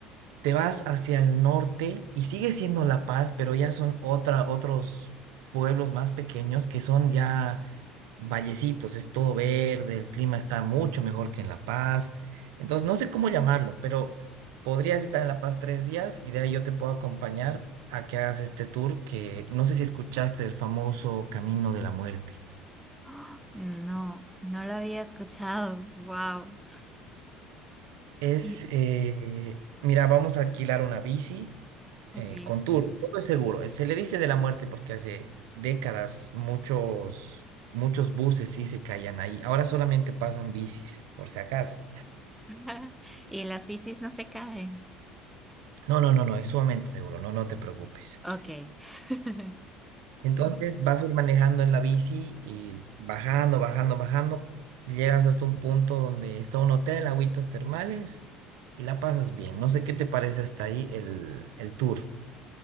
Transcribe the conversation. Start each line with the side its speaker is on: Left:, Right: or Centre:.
Right: Te vas hacia el norte y sigue siendo La Paz, pero ya son otra, otros pueblos más pequeños que son ya vallecitos, es todo verde, el clima está mucho mejor que en La Paz. Entonces, no sé cómo llamarlo, pero podrías estar en La Paz tres días y de ahí yo te puedo acompañar a que hagas este tour que no sé si escuchaste del famoso Camino de la Muerte.
Centre: ¡Ah! No, no lo había escuchado. Wow.
Right: Es,
Centre: Y,
Right: eh, mira, vamos a alquilar una bici eh,
Centre: Ok.
Right: con Tour, todo es seguro. Se le dice de la muerte porque hace décadas muchos, muchos buses sí se caían ahí. Ahora solamente pasan bicis, por si acaso.
Centre: <laughs> Y las bicis no se caen.
Right: No, no, no, no, es sumamente seguro, no, no te preocupes.
Centre: Ok. <laughs>
Right: Entonces vas a ir manejando en la bici y bajando, bajando, bajando. Llegas hasta un punto donde está un hotel, agüitas termales y la pasas bien. No sé qué te parece hasta ahí el, el tour.